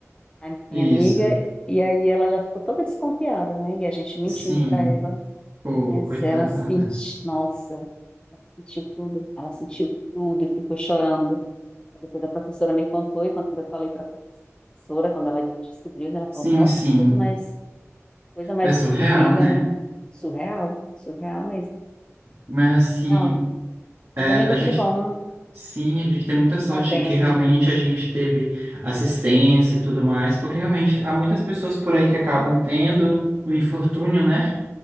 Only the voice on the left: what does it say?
a
minha amiga. E aí ela já ficou toda desconfiada, né? E a gente mentindo
para ela.
Mas
ela sentiu, nossa, ela sentiu tudo. Ela sentiu tudo e ficou chorando. Aí Depois a professora me contou e quando eu falei para a professora, quando ela descobriu, né, ela
falou: "Nossa,
que coisa mais, coisa mais
incrível,
né? Surreal, surreal mesmo.
Real.
Mas amigo,
que bom,
tá bem.